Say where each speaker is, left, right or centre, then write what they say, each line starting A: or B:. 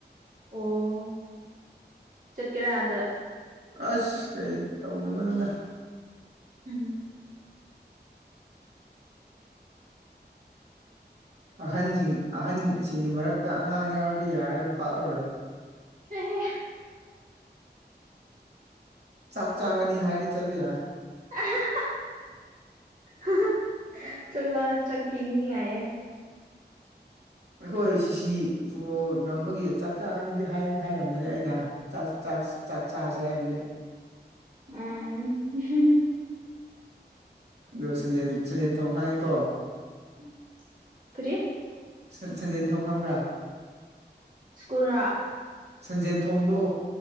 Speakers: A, on the right; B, on the right.
A: ꯑꯣ ꯆꯠꯀꯦꯔꯥ ꯑꯗ
B: ꯑꯁ ꯀꯩ ꯇꯧꯅ ꯕꯅꯗ
A: ꯎꯝ
B: ꯑꯍꯟꯖꯤꯡ ꯑꯍꯟ ꯁꯤꯡꯒꯤ ꯃꯔꯛꯇ ꯑꯉꯥꯡ ꯌꯥꯎꯔꯗꯤ ꯌꯥꯔꯔꯣꯏ ꯄꯛꯑꯔꯣꯏ꯫
A: ꯑꯩꯍꯦ
B: ꯆꯥꯛ ꯆꯥꯒꯅꯤ ꯍꯥꯏꯔꯗꯤ ꯆꯠꯄ ꯌꯥꯏ꯫
A: ꯍꯥ ꯍꯥ ꯑ ꯑꯥ ꯍꯥ ꯍꯥ ꯆꯠꯂꯣ ꯆꯠꯄꯤꯒꯅꯤ ꯍꯥꯏꯌꯦ꯫
B: ꯑꯩꯈꯣꯏ ꯁꯤꯁꯤ ꯐꯨꯠꯕꯣꯜ ꯉꯝꯕꯒꯤ ꯆꯥꯛ ꯆꯥꯅꯤꯗꯤ ꯍꯥꯏꯗꯤ ꯍꯥꯏꯔꯝꯕꯅꯤ ꯑꯩꯅ꯫ ꯆꯥꯛ ꯆꯥꯛ ꯁ ꯆꯥꯛ ꯆꯥꯁꯦ ꯍꯥꯏꯕꯅꯦ꯫
A: ꯎꯝ ꯍꯨꯝ ꯍꯨꯝ
B: ꯑꯗꯨ ꯁꯟꯖꯦꯟ ꯁꯟꯖꯦꯜ ꯊꯣꯡ ꯈꯪꯉꯤꯀꯣ꯫
A: ꯎꯝ ꯀꯔꯤ
B: ꯁꯟ ꯁꯟꯖꯦꯟ ꯊꯣꯡ ꯈꯪꯕ꯭ꯔꯥ?
A: ꯁ꯭ꯀꯨꯜꯔ
B: ꯁꯟꯖꯦꯟ ꯊꯣꯡꯗꯣ